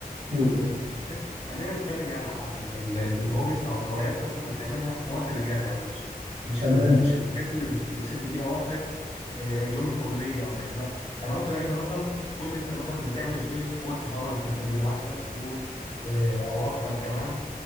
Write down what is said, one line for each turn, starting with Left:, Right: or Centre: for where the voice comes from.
Right: قول قول
Left: إيه، خلينا نتكلم يعني عن ال- الهوبيز أو الهوايات مثلا اللي بتعملها في وقت الأجازة يعني مش مش
Right: تمام
Left: ال- مش الحاجات اللي بتسد بيها وقتك آه، يوم الكلية أو كده لأ يعني وقت الأجازة مثلا قول لي أنت مثلا بتعمل إيه في وقت فراغك ده أنت بيبقى معاك تلات شهور آه، أو أكتر كمان